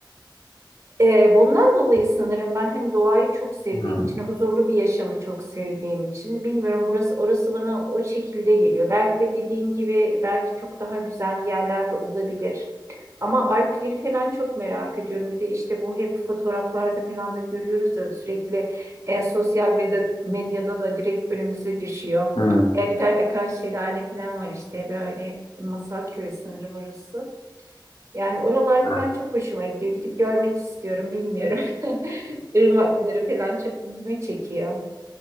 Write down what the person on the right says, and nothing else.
Ee, bundan dolayı sanırım ben hani doğayı çok sevdiğim
için, huzurlu bir yaşamı çok sevdiğim için bilmiyorum burası orası bana o şekilde geliyor. Belki de dediğin gibi belki çok daha güzel yerlerde olabilir. Ama Alpleri falan çok merak ediyorum. Bir de işte bu hep fotoğraflarda falan da görüyoruz ya sürekli e, sosyal medya, medyada da direkt önümüze düşüyor.
E, bir tane akan şelale falan var işte böyle masal köyü sanırım orası. Yani oralar
falan çok hoşuma gidiyor. Gidip görmek istiyorum, bilmiyorum. <laughs> Irmakları falan çok ilgimi çekiyor.